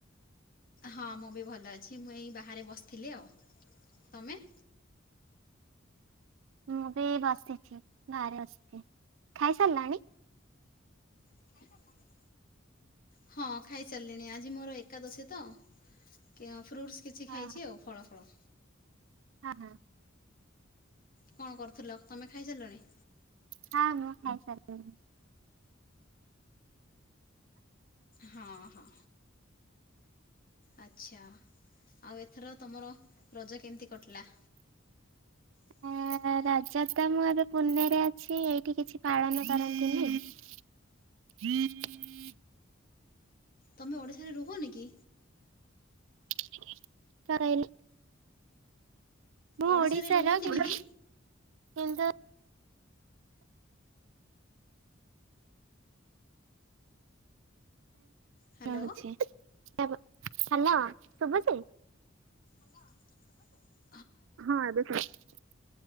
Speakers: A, on the left; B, on the right.
A: ହଁ, ମୁଁ ବି ଭଲ ଅଛି। ମୁଁ ଏଇ ବାହାରେ ବସିଥିଲି, ଆଉ। ତମେ?
B: ମୁଁ ବି ବସିଛି, ବାହାରେ ବସିଛି। ଖାଇସାରିଲଣି?
A: <unintelligible> ହଁ, ଖାଇସାରିଲିଣି, ଆଜି ମୋର ଏକାଦଶୀ ତ <unintelligible> ଫ୍ରୁଟସ୍‌ କିଛି
B: ହଁ
A: ଖାଇଛି ଆଉ ଫଳ ଫଳ।
B: ହଁ, ହଁ।
A: କଣ କରୁଥିଲ, ତମେ ଖାଇସାରିଲଣି?
B: ହଁ, ମୁଁ ଖାଇ ସାରିଲିିଣି।
A: ହଁ, ହଁ। ଆଚ୍ଛା, ଆଉ ଏଥର ତମର ରଜ କେମିତି କଟିଲା? <inaudible>
B: ଆ ରଜ ତ ମୁଁ ଏବେ ପୁନେରେ ଅଛି, ଏଇଠି କିଛି ପାଳନ କରନ୍ତିନି। <inaudible>
A: ତମେ ଓଡ଼ିଶାରେ ରୁହନି କି?
B: <unintelligible> ମୁଁ
A: ଓଡ଼ିଶାରେ
B: ଓଡ଼ିଶାର,
A: ରୁହନ୍ତିନି
B: କିନ୍ତୁ,
A: କି?
B: କିନ୍ତୁ
A: ହ୍ୟାଲୋ
B: ରହୁଛି। ତାପ ହ୍ୟାଲୋ, ଶୁଭୁଛି?
A: ହ୍ୟାଲୋ ଶୁଭୁଛି?
B: ହଁ, ଏବେ ଶୁଭୁଛି।